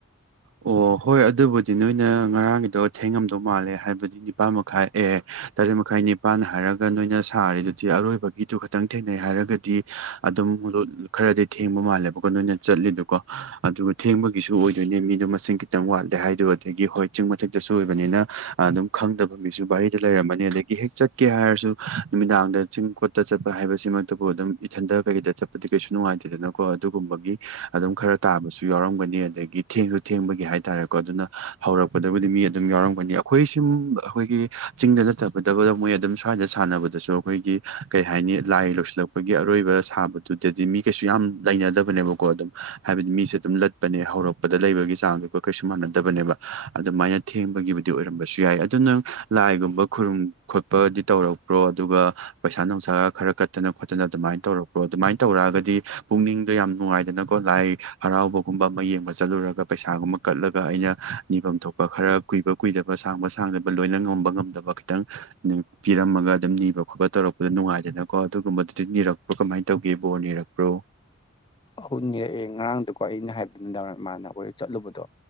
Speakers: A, on the right; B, on the left.
A: ꯑꯣ ꯍꯣꯏ ꯑꯗꯨꯕꯨꯗꯤ ꯅꯣꯏꯅ ꯉꯔꯥꯡꯒꯤꯗꯣ ꯊꯦꯡꯉꯝꯗꯧ ꯃꯥꯜꯂꯦ ꯍꯥꯏꯕꯗꯤ ꯅꯤꯄꯥꯜ ꯃꯈꯥꯏ ꯑꯦ ꯇꯔꯦꯠ ꯃꯈꯥꯏ ꯅꯤꯄꯥꯟ ꯍꯥꯏꯔꯒ ꯅꯣꯏꯅ ꯁꯥꯔꯤꯗꯨꯗꯤ ꯑꯔꯣꯏꯕꯒꯤꯗꯨ ꯈꯇꯪ ꯊꯦꯡꯅꯩ ꯍꯥꯏꯔꯒꯗꯤ ꯑꯗꯨꯝ ꯈꯔꯗꯤ ꯊꯦꯡꯕ ꯃꯥꯜꯂꯦꯕꯀꯣ ꯅꯣꯏꯅ ꯆꯠꯂꯤꯗꯨꯀꯣ ꯑꯗꯨꯒ ꯊꯦꯡꯕꯒꯤꯁꯨ ꯑꯣꯏꯗꯣꯏꯅꯦ ꯃꯤ ꯑꯗꯨ ꯃꯁꯤꯡ ꯈꯤꯇꯪ ꯋꯥꯠꯂꯦ ꯍꯥꯏꯗꯣ ꯑꯗꯒꯤ ꯍꯣꯏ ꯆꯤꯡ ꯃꯊꯛꯇꯁꯨ ꯑꯣꯏꯕꯅꯤꯅ ꯑꯗꯨꯝ ꯈꯪꯗꯕ ꯃꯤꯁꯨ ꯕꯥꯔꯤꯗ ꯂꯩꯔꯝꯃꯥꯅꯤ ꯑꯗꯒꯤ ꯍꯦꯍꯦꯛ ꯆꯠꯀꯦ ꯍꯥꯏꯔꯁꯨ ꯅꯨꯃꯤꯗꯥꯡꯗ ꯆꯤꯡ ꯀꯣꯠꯇ ꯆꯠꯄ ꯍꯥꯏꯕꯁꯤꯃꯛꯇꯕꯨ ꯑꯗꯨꯝ ꯏꯊꯟꯗ ꯀꯔꯤꯗ ꯆꯠꯄ ꯗꯤ ꯀꯩꯁꯨ ꯅꯨꯡꯉꯥꯏꯇꯦꯗꯅꯀꯣ ꯑꯗꯨꯒꯨꯝꯕꯒꯤ ꯑꯗꯨꯝ ꯈꯔ ꯇꯥꯕꯁꯨ ꯌꯥꯎꯔꯝꯒꯅꯤ ꯑꯗꯒꯤ ꯊꯦꯡꯁꯨ ꯊꯦꯡꯕꯒꯤ ꯍꯥꯏꯇꯥꯔꯦꯀꯣ ꯑꯗꯨꯅ ꯍꯧꯔꯛꯄꯗꯕꯨꯗꯤ ꯃꯤ ꯑꯗꯨꯝ ꯌꯥꯎꯔꯝꯒꯅꯤ ꯑꯩꯈꯣꯏ ꯁꯨꯝ ꯑꯩꯈꯣꯏꯒꯤ ꯆꯤꯡꯗ ꯅꯥꯠꯇꯕꯗꯨ ꯃꯣꯏ ꯑꯗꯨꯝ ꯁ꯭ꯋꯥꯏꯗ ꯁꯥꯟꯅꯕꯗꯁꯨ ꯑꯩꯈꯣꯏꯒꯤ ꯀꯩ ꯍꯥꯏꯅꯤ ꯂꯥꯏ ꯂꯣꯏꯁꯤꯜꯂꯛꯄꯒꯤ ꯑꯔꯣꯏꯕ ꯁꯥꯕꯗꯨꯗꯗꯤ ꯃꯤ ꯀꯩꯁꯨ ꯌꯥꯝ ꯂꯩꯅꯗꯕꯅꯦꯕ ꯀꯣ ꯑꯗꯨꯝ ꯍꯥꯏꯕꯗꯤ ꯃꯤꯁꯦ ꯑꯗꯨꯝ ꯂꯠꯄꯅꯦ ꯍꯧꯔꯛꯄꯗ ꯂꯩꯕꯒꯤ ꯆꯥꯡꯗꯨꯒ ꯀꯩꯁꯨ ꯃꯥꯟꯅꯗꯕꯅꯦꯕ ꯑꯗꯨꯃꯥꯏꯅ ꯊꯦꯡꯕꯒꯤꯕꯨꯗꯤ ꯑꯣꯏꯔꯝꯕꯁꯨ ꯌꯥꯏ ꯑꯗꯨ ꯅꯪ ꯂꯥꯏꯒꯨꯝꯕ ꯈꯨꯔꯨꯝ ꯈꯣꯠꯄꯗꯤ ꯇꯧꯔꯛꯄ꯭ꯔꯣ ꯑꯗꯨꯒ ꯄꯩꯁꯥ ꯅꯨꯡꯁꯥ ꯈꯔ ꯀꯠꯇꯅ ꯈꯣꯠꯇꯅ ꯑꯗꯨꯃꯥꯏꯅ ꯇꯧꯔꯛꯄ꯭ꯔꯣ ꯑꯗꯨꯃꯥꯏꯅ ꯇꯧꯔꯛ ꯑꯒꯗꯤ ꯄꯨꯛꯅꯤꯡꯗꯣ ꯌꯥꯝ ꯅꯨꯡꯉꯥꯏꯗꯅꯀꯣ ꯂꯥꯏ ꯍꯔꯥꯎꯕ ꯒꯨꯝꯕ ꯑꯃ ꯌꯦꯡꯕ ꯆꯠꯂꯨꯔꯒ ꯄꯩꯁꯥꯒꯨꯝꯕ ꯀꯠꯂꯒ ꯑꯩꯅ ꯅꯤꯐꯝ ꯊꯣꯛꯄ ꯈꯔ ꯀꯨꯏꯕ ꯀꯨꯏꯗꯕ ꯁꯥꯡꯕ ꯁꯥꯡꯗꯕ ꯂꯣꯏꯅ ꯉꯝꯕ ꯉꯝꯗꯕ ꯈꯤꯇꯪ ꯄꯤꯔꯝꯃꯒ ꯑꯗꯨꯝ ꯅꯤꯕ ꯈꯣꯠꯄ ꯇꯧꯔꯛꯄꯗ ꯅꯨꯡꯉꯥꯏꯗꯅꯀꯣ ꯑꯗꯨꯒꯨꯝꯕꯗꯨꯗꯤ ꯅꯤꯔꯛꯄ ꯑꯣ ꯀꯃꯥꯏꯅ ꯇꯧꯒꯦ ꯕꯣꯔ ꯅꯤꯔꯛꯄ꯭ꯔꯣ
B: ꯍꯣꯏ ꯅꯤꯔꯛꯑꯦ ꯉꯔꯥꯡꯗꯀꯣ ꯑꯩꯅ ꯍꯥꯏꯕꯗꯨꯗꯥ ꯃꯥꯅ ꯑꯩꯈꯣꯏ ꯆꯠꯂꯨꯕꯗꯣ